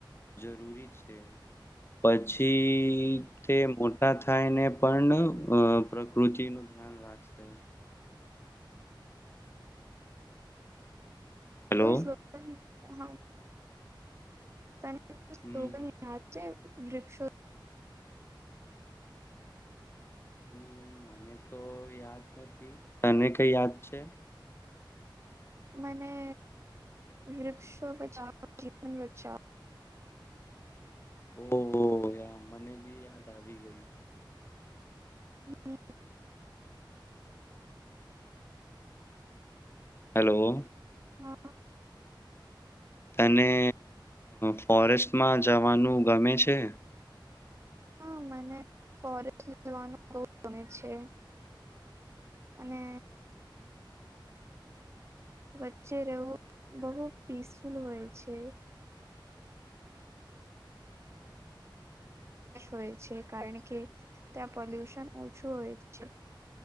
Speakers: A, on the left (about 30°); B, on the right (about 35°).
A: જરૂરી છે. પછી, તે મો થાય ને પણ અ પ્રકૃતિ નું ધ્યાન રાખશે. હેલો,
B: કોઈ સ્લોગન હા, ત ગ
A: હમ
B: છે. વૃક્ષો,
A: હમ્મ, મને તો યાદ નથી તને કઈ યાદ છે.
B: મને વૃક્ષો બચાવો જીવન બચાવ.
A: ઓહ, મને બી યાદ આવી ગઈ.
B: હમ્મ,
A: હેલો,
B: હા,
A: તને ફોરેસ્ટમાં જવાનું ગમે છે.
B: હા મને ફોરેસ્ટવાનો બહ ગ છે. અને વચ્ચે રહેવું બહુ પીસફુલ હોય છે. હોય છે. કારણ કે, ત્યાં પોલ્યુશન ઓછું હોય છે.